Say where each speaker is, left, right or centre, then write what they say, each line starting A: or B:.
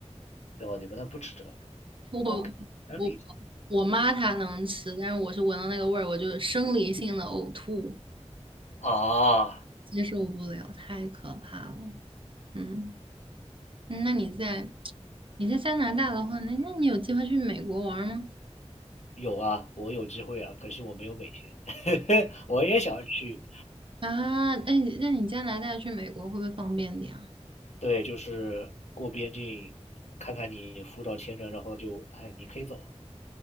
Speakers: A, on the left (about 75°); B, on the right (about 50°).
A: 哦，你们那不吃这个
B: 我
A: ？OK，能理解
B: 我我妈她能吃，但是我是闻到那个味儿，我就生理性的呕吐，
A: 啊。
B: 接受不了，太可怕了。嗯，嗯那你在你在加拿大的话，那那你有计划去美国玩儿吗？
A: 有啊，我有机会啊，可惜我没有美签。<laughs> 我也想去，
B: 啊，那你那你加拿大去美国会不会方便点啊？
A: 对，就是过边境，看看你护照、签证，然后就，哎，你可以走了。